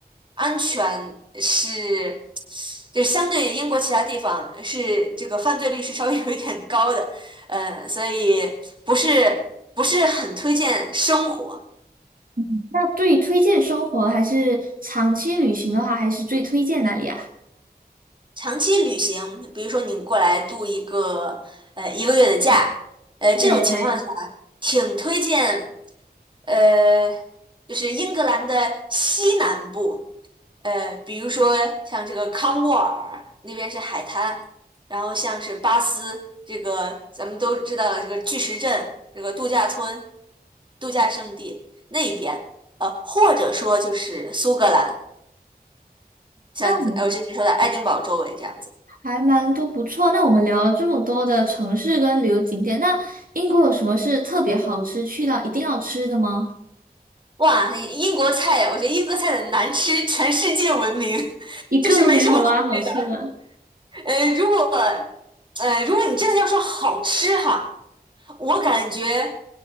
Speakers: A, on the right; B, on the right.
A: 安全是，就相对英国其他地方是这个犯罪率是稍微有一点高的。嗯，所以不是不是很推荐生活。
B: 嗯那对于推荐生活还是长期旅行的话，还是最推荐哪里啊？
A: 长期旅行，比如说你过来度一个呃一个月的假，呃这种情况下，
B: 对对。
A: 挺推荐呃就是英格兰的西南部，呃，比如说像这个康沃尔那边是海滩，然后像是巴斯这个咱们都知道的这个巨石阵，这个度假村、度假胜地那一边，呃，或者说就是苏格兰，像呃我之前说的爱丁堡周围这样子。
B: 那我。还蛮多不错。那我们聊了这么多的城市跟旅游景点，那英国有什么是特别好吃，去到一定要吃的吗？
A: 哇，英国菜，我觉得英国菜的难吃全世界闻名，<laughs>
B: 一个都没有吗？
A: 就是没什么好吃的。
B: 好吃的。
A: 呃，如果呃，如果你真的要说好吃哈，我感觉。